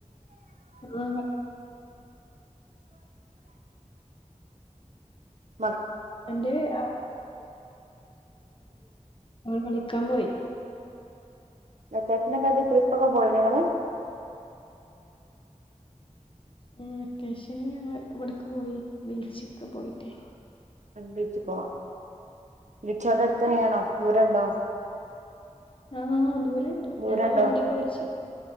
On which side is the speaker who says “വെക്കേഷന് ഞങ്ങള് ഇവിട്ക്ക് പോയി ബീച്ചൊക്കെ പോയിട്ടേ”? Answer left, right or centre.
Left